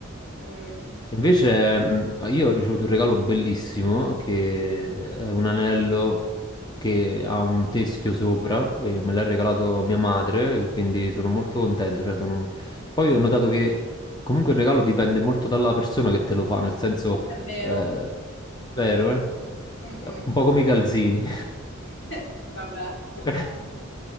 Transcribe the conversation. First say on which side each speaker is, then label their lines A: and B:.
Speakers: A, on the left (about 65°); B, on the left (about 20°).
A: Mm.
B: Invece, mh, io ho ricevuto un regalo bellissimo che è un anello che ha un teschio sopra e me l'ha regalato mia madre, quindi sono molto contento. cioè sono un- Poi ho notato che comunque il regalo dipende molto dalla persona che te lo fa, nel senso,
A: È vero.
B: eh, vero, eh?
A: Mm, mm.
B: Un po' come i calzini.
A: <laughs> Vabbè.
B: <laughs>